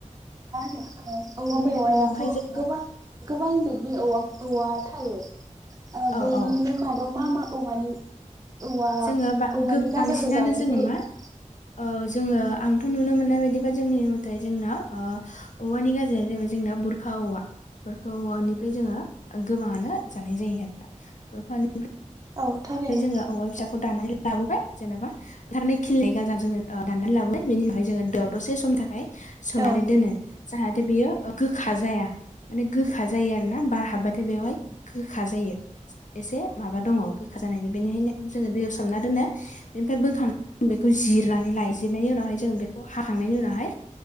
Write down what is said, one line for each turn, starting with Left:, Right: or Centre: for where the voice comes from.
Right: <unintelligible> ओ औवा
Left: बेनि
Right: मेवायाथ'
Left: उनावहाय जोङो
Right: गोबां गोबां बि दि औवां औवा थायो आ
Left: औ
Right: बेनिनो
Left: औ
Right: मदाव मा मा औवानि औवा
Left: जोंङो बा
Right: औवानि
Left: गोब बांसिनानो
Right: गाजाखौ जानाय
Left: जोंङो
Right: जायो?
Left: मा ओ जोङो आंथ' नुनो मोननाय बायदिबा जोंनि <unintelligible> जोंना औवानि गाजाया जाहैबाय जोंना बुरखा औवा बुरखा औवानिफ्राय जोंङो गोबाङानो जानाय जायो <unintelligible>
Right: औ थारैनो
Left: <unintelligible> जोङो औवा फिसाखौ दानाय लाबोबाय जेन'बा ओंखारनाय खिलिनाय गाजा जोंङो दाननानै लाबोबाय बेनि उनावाय जोंङो दैयाव दसे समनि थाखाय खाय सोमनानै
Right: औ
Left: दोनो जाहाथे बियो ओ गोखा जाया बे गोखा जायो आरोना बार हाबबाथाय बेवहाय गोखा जायो एसे माबा दंङ। गोखा जानायनि बेनिखायनो जोंङो दैयाव सोम सोमना दोनो बेनिफ्राय बोखांनानै बेखौ जिरनानै लायो जिरनायनि उनावहाय जों बेखौ हाखांनायनि उनावहाय